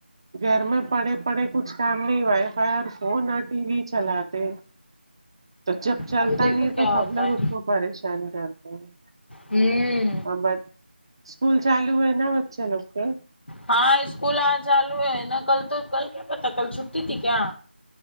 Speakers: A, on the right (about 25°); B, on the left (about 70°).
A: گھر میں پڑے پڑے کچھ کام نہیں وائی فائی فون اور ٹی وی چلاتے تو جب چلتا
B: ابھی دیکھو
A: نہیں ہے
B: کیا
A: تو سب
B: ہوتا
A: لوگ
B: ہے
A: اس کو پریشان کرتے ہیں
B: ہوں
A: ا بس اسکول چالو ہے نہ بچے لوگ کے
B: ہاں اسکول آ چالو ہے نا کل تو کل کیا پتا کل چھٹی تھی کیا